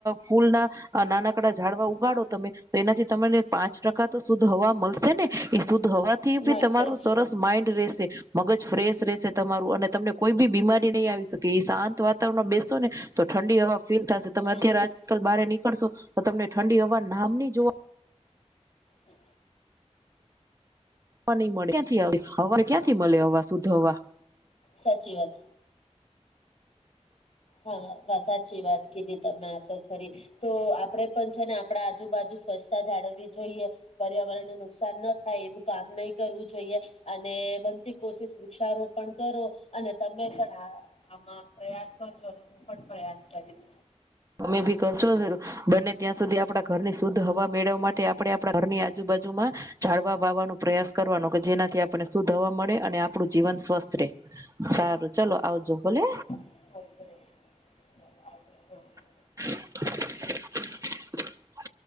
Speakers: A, on the right; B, on the left.
A: ફૂલ ના આ નાનાકડા ઝડવા ઉગાડો તમે તો એનાથી તમને પાંચ ટકા તો શુદધ હવા મલ છે ને <inaudible> એ શુદ્ધ હોવાથી
B: મળશે
A: બી તમારોું
B: જ.
A: સરસ માઈન્ડ રહેશે મગજ ફ્રેશ રહેશે તમારું, અને તમને કોઈ બી બીમારી નહી, આવી શકે એ શાંત વાતાવરણ બેસો ને તો ઠંડી હવા ફીલ થશે તમે
B: હમ્મ
A: અત્યારે
B: હમ્મ
A: આજકાલ ભારે નીકળો. શો તો તમને ઠંડી હવા. નામની જોવા.
B: હ.
A: હવા, નહી મળે ક્યાંથી મળે હવા શુદ્ધ હવા
B: સાચી વાત. હા, સાચી વાત. કીધી તમે આ તો ખરી તો આપડે પણ છે ને આપણા આજુબાજુ સ્વચ્છતા જાળવવી જોઈએ પર્યાવરણને નુકસાન ન, થાય એવું કામ નહી કરવું જોઈએ. અને બનતી કોશિશ વૃક્ષારોપણ કરો અને તમે પણ. હ આમાં પ્રયાસ. ોટ પ્યા <inaudible>
A: તમે ભી કરશો બને ત્યાં સુધી આપણા ઘરની શુદ્ધ હવા મેળવવા માટે આપણે આપણા ઘરની આજુબાજુમાં ઝડવા વાવાનો પ્રયાસ કરવાનો કે જેનાથી આપણને શુદ્ધ હવા મળે, અને આપણું જીવન સ્વસ્થ રહેે સારું ચાલ, આવજો ભલે.
B: હ <inaudible>
A: <inaudible> <unintelligible>